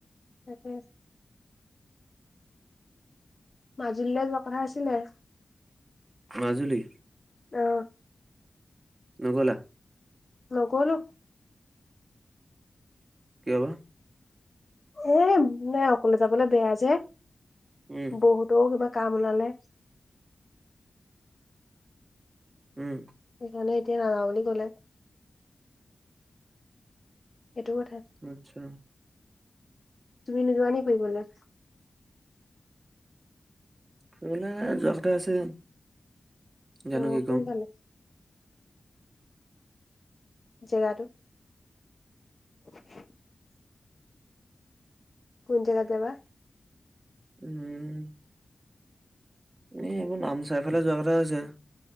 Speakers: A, on the left; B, on the right.
A: তাকে মাজুলীলৈ যোৱা কথা আছিলে।
B: মাজুলী
A: অ
B: নগ'লা?
A: নগ'লো।
B: কিয় বা?
A: এ এনে অকলে যাবলে বেয়া যে,
B: উম,
A: বৌহঁতৰ কিবা কাম ওলালে।
B: উম
A: সেইকাৰণে এতিয়া নাযাওঁ বুলি ক'লে। সেইটো কথা।
B: আচ্ছা।
A: তুমি নোযোৱা নি ফুৰিবলে?
B: ফুৰিবলৈ যোৱা কথা আছে। জানো
A: অ
B: কি
A: কোনফালে?
B: কৰো।
A: জেগাটো? <inaudible> কোন জেগাত যাবা?
B: উম এনে এইবোৰ নামচাইফালে যোৱা কথা আছে।